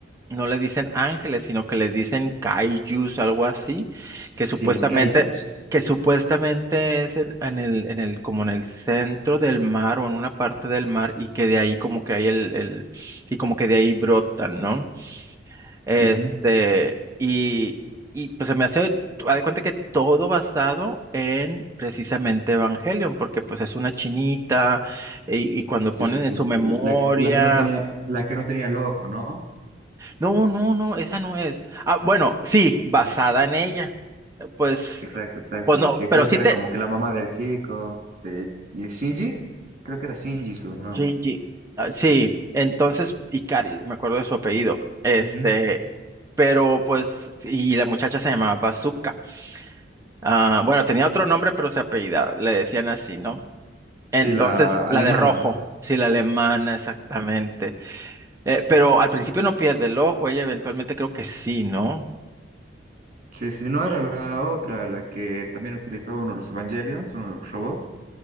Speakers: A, on the right (about 15°); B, on the right (about 40°).
A: no le dicen ángeles, sino que les dicen kaijus, algo así, que supuestamente,
B: Sí, los kaijus.
A: que supuestamente es en, en el, en el, como en el centro del mar o en una parte del mar, y que de ahí como que hay el, el, y como que de ahí brotan, ¿no? Este,
B: Ujú.
A: y, y pues se me hace, haz de cuenta que todo basado en precisamente Evangelion, porque pues es una chinita y, y cuando
B: Sí,
A: ponen
B: sí, sí.
A: en su memoria,
B: La, la que no tenía, la que no tenía el ojo, ¿no?
A: no, no, no, esa no es. Ah, bueno, sí, basada en ella. Pues,
B: Exacto, exacto.
A: pues no,
B: Y que
A: pero
B: creo
A: sí
B: que era
A: te,
B: como que la mamá del chico, de de Shinji, creo que era Shinji su nombre.
A: Shinji, ah, sí, entonces, Ikari, me acuerdo de su apellido, este,
B: Ujú.
A: pero pues, y la muchacha se llamaba Bazooka. Ah, bueno, tenía otro nombre, pero se apellidaba, le decían así, ¿no? Entonces,
B: Sí, la
A: la
B: alemana.
A: de rojo, sí, la alemana, exactamente.
B: Sí.
A: Eh, pero al principio no pierde el ojo, ella eventualmente creo que sí, ¿no?
B: Sí, sí, no era la otra, la que también utilizaba uno de los Evangelions, uno de los robots,